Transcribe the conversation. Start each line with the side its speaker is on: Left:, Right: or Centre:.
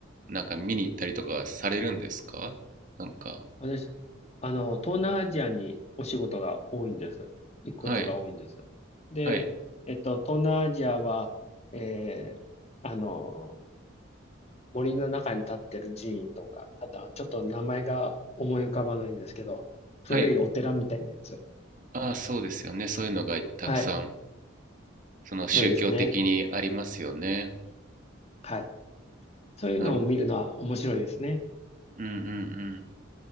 Right: なんか見に行ったりとかされるんですかなんか
Left: 私、あの、東南アジアにお仕事が多いんです。行くことが多いんです。
Right: はい
Left: で、
Right: はい
Left: えっと、東南アジアは、えーあの、森の中に立ってる寺院とか、あとはちょっと名前が思い浮かばないんですけど、古いお寺みたいなやつ。
Right: はいああーそうですよねそういうのがたくさん
Left: はい。
Right: その宗教的にありますよね
Left: そうですね。はい。そういうのを見るのは面白いですね。
Right: なるほどうんうんうん